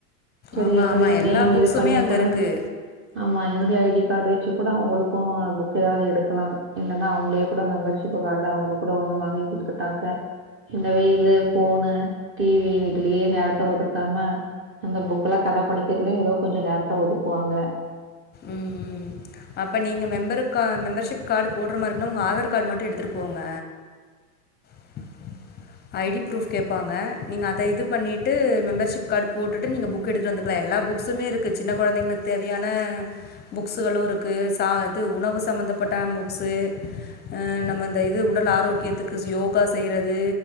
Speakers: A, on the right; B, on the left.
A: சரி
B: ஆமா
A: என்னுடைய
B: ஆமா எல்லா
A: நேம்
B: புக்ஸ்ஸுமே
A: இது பண்ணி
B: அங்க
A: கூட
B: இருக்கு
A: ஆமா என்னுடைய ஐடி காடு வச்சு கூட அவுங்களுக்கு புக் ஏதாவ்து எடுக்கலா இல்லன்னா அவுங்களே கூட மெம்பர்ஷிப்பு காடு அவுங்களுக் கூட ஒன்னு வாங்கி குடுத்துட்டாக்க இந்த வெயிலு ஃபோனு டி வி இதுலே நேரத்த ஒதுக்காம அந்த புக்ல கத படிக்கிறது ஏதோ கொஞ்ச நேரத்த ஒதுக்குவாங்க
B: ம் ம் அப்ப நீங்க மெம்பருக்கா மெம்பர்ஷிப் காடு போடுற மாரினா உங்க ஆதார் காடு மட்டு எடுத்துட்டு போங்க <inaudible> ஐடி ஃப்ரூஃப் கேப்பாங்க நீங்க அத இது பண்ணிட்டு மெம்பர்ஷிப் காடு போட்டுட்டு நீங்க புக் புக் எடுத்துட் வந்துக்கலா எல்லா புக்ஸுமே இருக்கு சின்ன கொழந்தைங்ளுக் தேவையான புக்ஸ்ஸுகளு இருக்கு சா இது உணவு சம்மந்தப்பட்ட புக்ஸ்ஸு அ நம்ம இந்த இது உடல் ஆரோக்கியத்துக்கு யோகா செய்றது